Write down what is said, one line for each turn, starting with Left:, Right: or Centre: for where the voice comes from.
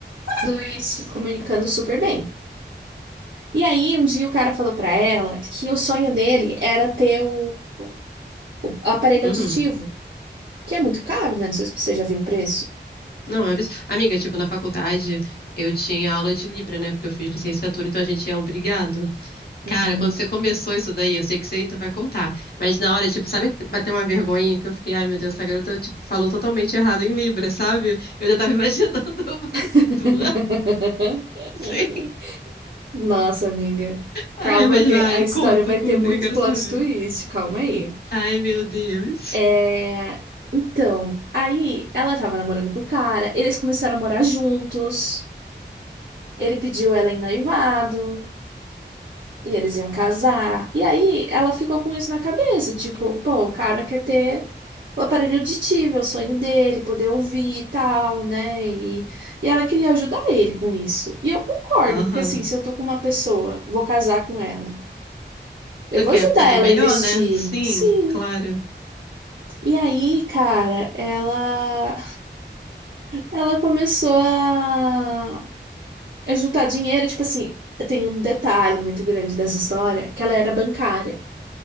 Right: e se comunicando super bem. E aí, um dia o cara falou para ela que o sonho dele era ter o o aparelho
Left: Uhum.
Right: auditivo, que é muito caro, né? Não sei se você já viu o preço.
Left: Não, é abs... Amiga, tipo, na faculdade eu tinha aula de Libra, né? Porque eu fiz licenciatura, então a gente é obrigado
Right: Uhum.
Left: Cara, quando você começou isso daí, eu sei que você ainda vai contar. Mas na hora, tipo, sabe que bateu uma vergonha que eu fiquei, ai meu Deus, essa garota, tipo, falou totalmente errado em Libra, sabe? Eu já tava imaginando <laughs> uma situação
Right: <laughs>
Left: assim.
Right: Nossa, amiga.
Left: Ai,
Right: Calma
Left: mas
Right: que
Left: vai,
Right: a história
Left: conta,
Right: vai
Left: conta,
Right: ter muito
Left: que eu quero
Right: plot
Left: saber.
Right: twist, calma aí.
Left: Ai, meu Deus.
Right: É... Então, aí ela tava namorando com o cara, eles começaram a morar juntos, ele pediu ela em noivado, E eles iam casar. E aí ela ficou com isso na cabeça, tipo, pô, o cara quer ter o aparelho auditivo, é o sonho dele, poder ouvir e tal, né? E, e ela queria ajudar ele com isso. E eu concordo,
Left: Aham.
Right: porque assim, se eu tô com uma pessoa, vou casar com ela. Eu
Left: Tu
Right: vou
Left: quer
Right: ajudar
Left: fazer
Right: ela
Left: o melhor,
Right: a investir.
Left: né? Sim,
Right: Sim.
Left: claro.
Right: E aí, cara, ela ela começou a, a juntar dinheiro, tipo assim, tem um detalhe muito grande dessa história, que ela era bancária.